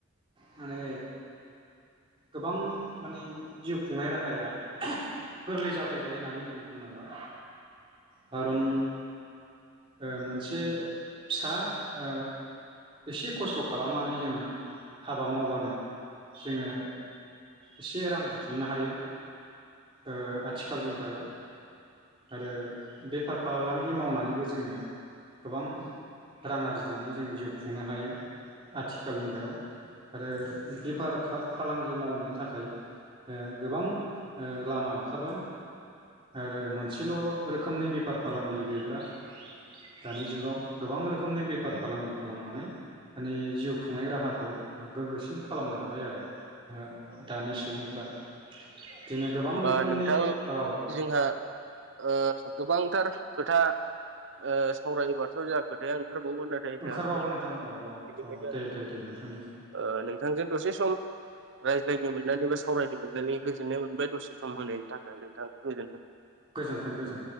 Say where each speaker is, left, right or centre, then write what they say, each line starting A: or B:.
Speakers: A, on the right (about 25°); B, on the right (about 60°).
A: माने गोबां माने जिउ खुंनाय राहाया <unintelligible> गोरलै जाफैबाय होननानै जों बुंनांगोन। खारन ओ मोनसे फिसा ओ एसे खस्थ' खालामनानै जोङो हाबा मावबानो जोङो इसे रां बुथुमनो हायो। ओ आथिखाल मुगायाव आरो बेफार फालांगि मावनानैबो जोङो गोबां रां आरजिनानै जों जिउ खुंनो हायो आथिखाल मुगायाव आरो बेफार खा फालांगि मावनो थाखाय ओ गोबां ओ लामा ओंखारबाय आरो मोनसेल' रोखोमनि बेफार फालांगि गैला दानि जुगाव गोबां रोखोमनि बेफार फालांगि खालामनानै मानि जिउ खुंनाय राहाखौ गोग्गोसिन खालामनो हाबाय आरो ओ दानि सुबुंफ्रा। बिदिनो गोबां
B: होमबा
A: रोखोमनि
B: नोंथां
A: औ
B: जोंहा ओ गोबांथार खोथा ओ सावरायोबाथ' जोंहा खोथाया ओं ओंखारबावो नाथाय जोंहा
A: ओंखारबावो
B: सम
A: नोंथां
B: जाबाय
A: औ औ
B: बिनिखायनो
A: औ दे दे दे नोंथां दे
B: ओ नोंथांजों दसे सम ओ रायज्लायनो मोननानैबो सावरायनो मोननानै गोजोननाय मोनदों। दसे सम होनायनि थाखाय नोंथां गोजोनथों।
A: गोजोन्थों गोजोन्थों